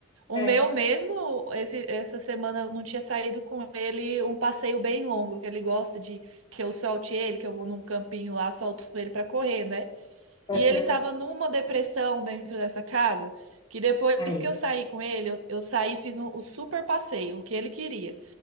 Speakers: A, on the right; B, on the left.
A: O
B: é.
A: meu mesmo, esse, essa semana eu não tinha saído com ele um passeio bem longo, que ele gosta de que eu solte ele, que eu vou num campinho lá, solto ele para correr, né?
B: aham.
A: E ele estava numa depressão dentro dessa casa, que depois
B: Aí,
A: que eu saí com ele, eu, eu saí e fiz um, o super passeio, o que ele queria.